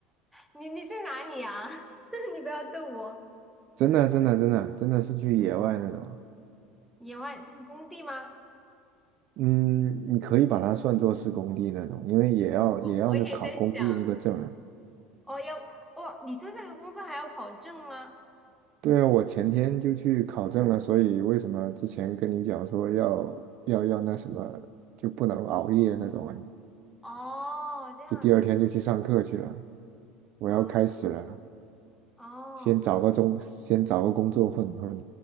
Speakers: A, in the centre; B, on the right.
A: 你你在哪里啊？<laughs> 你不要逗我，
B: 真的真的真的真的是去野外那种。
A: 野外这是工地吗？
B: 嗯，你可以把它算作是工地那种，因为也要也要那考工地那个证啊。
A: 我我也在想，哦，要哦，你做这个工作还要考证吗？
B: 对啊，我前天就去考证了，所以为什么之前跟你讲说要要要那什么就不能熬夜那种啊？
A: 哦，这样子
B: 就第二天就去上课去了，我要开始了，
A: 啊，哦，
B: 先找个中，先找个工作混混。